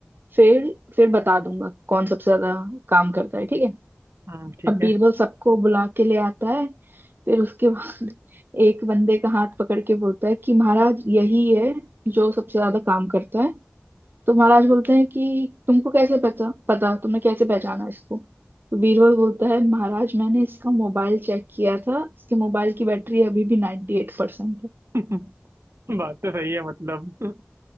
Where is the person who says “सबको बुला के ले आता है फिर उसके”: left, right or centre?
Right